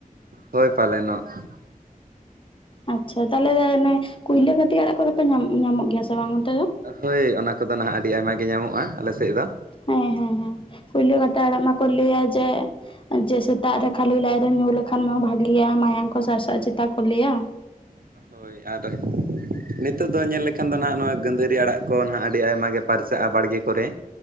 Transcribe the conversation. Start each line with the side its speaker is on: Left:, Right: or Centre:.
Right: ᱦᱳᱭ ᱯᱟᱞᱮᱱᱚᱜ ᱾
Left: ᱟᱪᱪᱷᱟ ᱛᱟᱦᱞᱮ ᱚᱱᱮ ᱠᱩᱭᱞᱟᱹ ᱠᱟᱴᱤ ᱟᱲᱟᱜ ᱠᱚᱫᱚ ᱯᱮ ᱧᱟᱢ ᱧᱟᱢᱚᱜ ᱜᱮᱭᱟ ᱥᱮ ᱵᱟᱝ ᱚᱱᱛᱮ ᱫᱚ?
Right: ᱦᱳᱭ ᱚᱱᱟ ᱠᱚᱫᱚ ᱱᱟᱦᱟᱜ ᱟᱹᱰᱤ ᱟᱭᱢᱟ ᱜᱮ ᱧᱟᱢᱚᱜᱼᱟ ᱟᱞᱮ ᱥᱮᱫ ᱫᱚ ᱾
Left: ᱦᱮᱸ ᱦᱮᱸ ᱦᱮᱸ ᱾ ᱠᱩᱭᱞᱟᱹ ᱠᱟᱴᱟ ᱟᱲᱟᱜ ᱢᱟᱠᱚ ᱞᱟᱹᱭᱟ ᱡᱮ ᱡᱮ ᱥᱮᱛᱟᱜ ᱨᱮ ᱠᱷᱟᱹᱞᱤ ᱞᱟᱡ ᱨᱮ ᱧᱩ ᱞᱮᱠᱷᱟᱱ ᱢᱟ ᱵᱷᱟᱜᱮ ᱜᱮᱭᱟ ᱢᱟᱭᱟᱢ ᱠᱚ ᱥᱟᱨᱥᱟᱜ ᱟ ᱪᱮ ᱛᱟ ᱠᱚ ᱞᱟᱹᱭᱟ ᱾
Right: ᱦᱳᱭ ᱾ ᱦᱳᱭ ᱟᱨ ᱱᱤᱛᱚᱜ ᱫᱚ ᱧᱮᱞ ᱞᱮᱠᱷᱟᱱ ᱫᱚ ᱱᱟᱦᱟᱜ ᱱᱚᱣᱟ ᱜᱟᱹᱫᱟᱹᱨᱤ ᱟᱲᱟᱜ ᱠᱚ ᱱᱟᱦᱟᱜ ᱟᱹᱰᱤ ᱟᱭᱢᱟ ᱜᱮ ᱯᱟᱨᱪᱟᱜᱼᱟ ᱵᱟᱲᱜᱮ ᱠᱚᱨᱮ ᱾